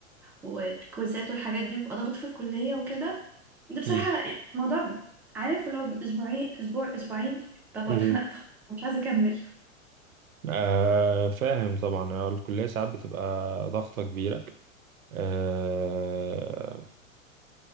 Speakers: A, in the centre; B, on the right (about 85°).
A: والكويزات والحاجات دي بيبقى ضغط في الكلية وكده ده بصراحة
B: مم.
A: موضوع عارف اللي هو أسبوعين أسبوع أسبوعين ببقى
B: مم.
A: اتخنقت خلاص مش عايزة أكمل
B: آه فاهم طبعا آه، الكلية ساعات بتبقى ضغطة كبيرة آه